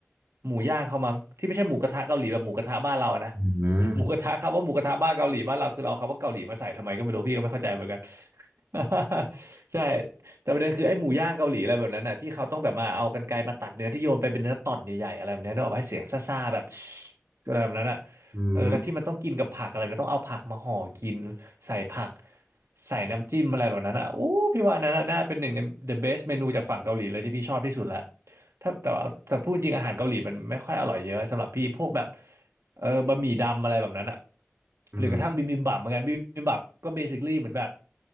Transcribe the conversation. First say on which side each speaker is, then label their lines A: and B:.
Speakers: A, on the right (about 80°); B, on the right (about 50°).
A: หมูย่างเขามั้งที่ไม่ใช่หมูกระทะเกาหลีแบบหมูกระทะบ้านเราอะนะ
B: อืม
A: <laughs> หมูกระทะคำว่าหมูกระทะบ้านเกาหลีบ้านเราคือเราเอาคำว่าเกาหลีมาใส่ทำไมก็ไม่รู้พี่ก็ไม่เข้าใจเหมือนกัน <laughs> ใช่แต่ประเด็นคือไอ้หมูย่างเกาหลีอะไรแบบนั้นน่ะที่เขาต้องแบบมาเอากรรไกรมาตัดเนื้อที่โยนไปเป็นเนื้อต่อนใหญ่ๆอะไรแบบเนี้ยนึกออกไหมเสียงซ่าๆแบบ <sniffs> อะไรแบบนั้นอะ
B: อืม
A: เออแล้วที่มันต้องกินกับผักอะไรมันต้องเอาผักมาห่อกินใส่ผักใส่น้ำจิ้มอะไรแบบนั้นอ่ะโอ้พี่ว่าอันนั้นน่ะน่าเป็นหนึ่งใน the best เมนูจากฝั่งเกาหลีเลยที่พี่ชอบที่สุดละถ้าแต่ว่าแต่พูดจริงอาหารเกาหลีมันไม่ค่อยอร่อยเยอะสำหรับพี่พวกแบบเออบะหมี่ดำอะไรแบบนั้นอ่ะ
B: อืม
A: หรือกระทั่งบิบิมบับเหมือนกันบิบิมบับก็เบสิค a ี y เหมือนแบบ